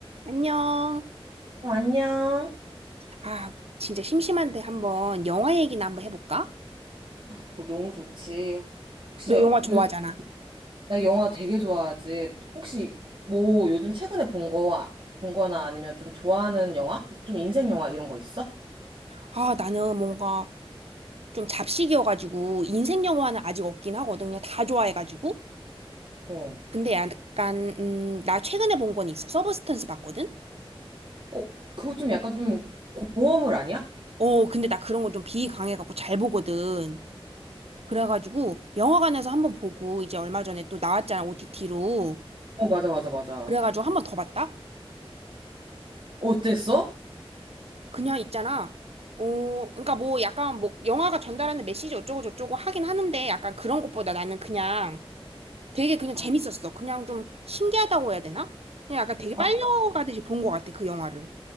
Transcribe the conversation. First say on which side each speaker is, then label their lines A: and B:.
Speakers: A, on the right; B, on the right.
A: 안녕.
B: 어, 안녕.
A: 아, 진짜 심심한데 한번 영화 얘기나 한번 해볼까?
B: 그거 너무 좋지. 혹시
A: 너 영화
B: 요즘
A: 좋아하잖아.
B: 나 영화 되게 좋아하지. 혹시 뭐 요즘 최근에 본 거, 본 거나 아니면 좀 좋아하는 영화? 좀 인생 영화 이런 거 있어?
A: 아, 나는 뭔가 좀 잡식이어가지고 인생 영화는 아직 없긴 하거든. 그냥 다 좋아해가지고.
B: 어.
A: 근데 약간 음, 나 최근에 본 건 있어. 서브스턴스 봤거든?
B: 어, 그거 좀 약간 좀 고어물 아니야?
A: 어, 근데 나 그런 거 좀 비강해갖고 잘 보거든. 그래가지고 영화관에서 한번 보고 이제 얼마 전에 또 나왔잖아, OTT로.
B: 어, 맞아, 맞아, 맞아.
A: 그래가지고 한번 더 봤다?
B: 어땠어?
A: 그냥 있잖아. 어, 그러니까 뭐 약간 뭐 영화가 전달하는 메시지 어쩌고 저쩌고 하긴 하는데 약간 그런 것보다 나는 그냥 되게 그냥
B: 아,
A: 재밌었어. 그냥 좀 신기하다고 해야 되나? 그냥 약간 되게
B: 아,
A: 빨려가듯이 본 것 같아, 그 영화를.